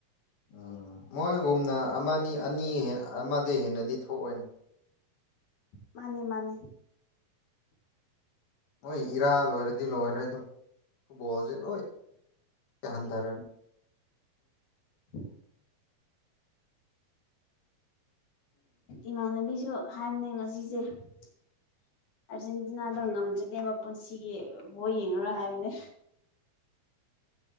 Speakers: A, on the left; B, on the left.
A: ꯎꯝ ꯃꯣꯏꯒꯨꯝꯅ ꯑꯃꯅꯤ ꯑꯅꯤ ꯑꯃꯗ ꯍꯦꯟꯅꯗꯤ ꯊꯣꯛꯑꯣꯏꯅ
B: ꯃꯥꯅꯤ ꯃꯥꯅꯤ
A: ꯅꯣꯏ ꯏꯔꯥ ꯂꯣꯏꯔꯗꯤ ꯂꯣꯏꯔꯦ ꯑꯗꯨꯝ ꯐꯨꯠꯕꯣꯜꯖꯦ ꯂꯣꯏ ꯍꯟꯊꯔꯅꯤ
B: <inaudible>
A: <inaudible>
B: ꯏꯃꯥꯟꯅꯕꯤꯁꯨ ꯍꯥꯏꯝꯅꯦ ꯉꯁꯤꯁꯦ ꯑꯥꯔꯖꯦꯟꯇꯤꯅꯥꯗꯣ ꯉꯝꯗ꯭ꯔꯗꯤ ꯃꯄꯨꯟꯁꯤꯒꯤ ꯕꯣꯜ ꯌꯦꯡꯉꯔꯣꯏ ꯍꯥꯏꯕꯅꯦ